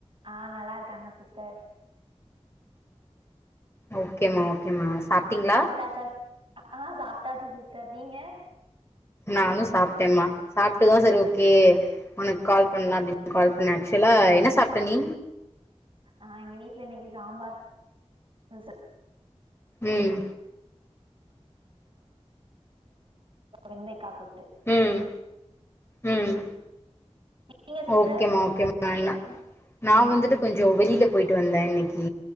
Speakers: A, on the right (about 50°); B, on the left (about 20°).
A: ஆ நல்லா இருக்காங்க சிஸ்டர்
B: ஓகேம்மா
A: ஆ
B: ஓகேம்மா சாப்ட்டீங்களா
A: சாப்டாச்சா ஆ சாப்ட்டாச்சு சிஸ்டர் நீங்க
B: நானு சாப்ட்டேமா சாப்ட்டுதா சரி ஓகே உனக்கு கால் பண்ணலா அப்பனடின் கால் பண்ணேஆக்சுவலா என்ன சாப்ட்டே நீ
A: ஆ எங்க வீட்ல இன்னிக்கு சாம்பார் சா
B: உம்
A: <inaudible> வெண்டைகா கூட்
B: உம் ம்
A: நீங்க சிஸ்டர்
B: ஓகேமா ஓகேமா நா வந்துட்டு கொஞ்சோ வெளியில போயிட்டு வந்த இன்னைக்கு